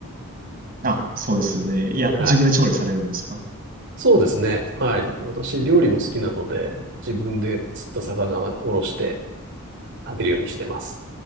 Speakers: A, on the right; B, on the right.
A: <laughs> あ、そうですよね。いや、
B: はい。
A: 自分で調理されるんですか
B: そうですね。はい。私、料理も好きなので、自分で釣った魚をおろして食べるようにしてます。